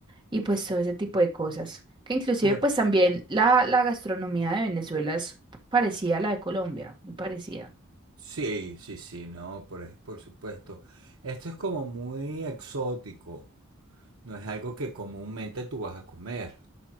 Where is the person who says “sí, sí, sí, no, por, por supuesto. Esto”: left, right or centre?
Right